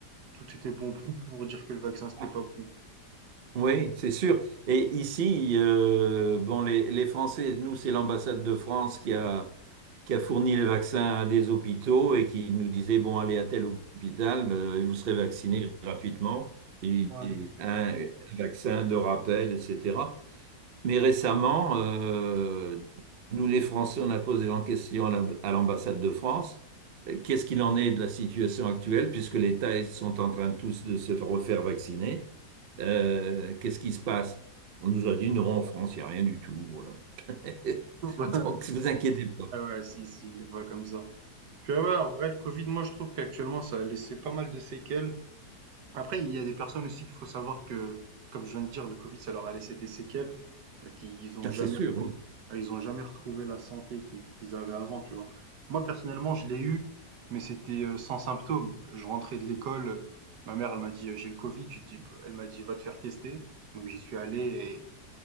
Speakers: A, on the right; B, on the right.
A: tout était bon <laughs> pour pour dire que le vaccin, c'était
B: Ah,
A: pas bon.
B: Oui, c'est sûr. Et ici, euh, bon, les, les Français, nous, c'est l'ambassade de France qui a, qui a fourni les vaccins à des hôpitaux et qui nous disait, bon, allez à tel hôpital, euh, et vous serez vacciné gratuitement, et,
A: Ouais,
B: et
A: <laughs>
B: un, un vaccin de rappel, etc. Mais récemment, euh, nous les Français, on a posé en question à la- à l'ambassade de France, euh, qu'est-ce qu'il en est de la situation actuelle, puisque les Thaïs sont en train tous de se refaire vacciner. Euh, qu'est-ce qui se passe? On nous a dit non, en France, il n'y a rien du tout. Voilà. <laughs>
A: Bah,
B: Donc, vous inquiétez pas.
A: ah ouais, si, si, il est pas comme ça. Puis ah ouais, en vrai, le Covid, moi, je trouve qu'actuellement, ça a laissé pas mal de séquelles. Après, il y a des personnes aussi qu'il faut savoir que, comme je viens de dire, le Covid, ça leur a laissé des séquelles. Donc, ils ils ont
B: Ah,
A: jamais
B: c'est sûr,
A: retrouvé,
B: oui.
A: ils ont jamais retrouvé la santé qu'ils qu'ils avaient avant, tu vois. Moi, personnellement, je l'ai eu, mais c'était euh, sans symptômes. Je rentrais de l'école, euh, ma mère, elle m'a dit, euh, j'ai le Covid. J'ai dit, bah, elle m'a dit, va te faire tester. Donc, j'y suis allé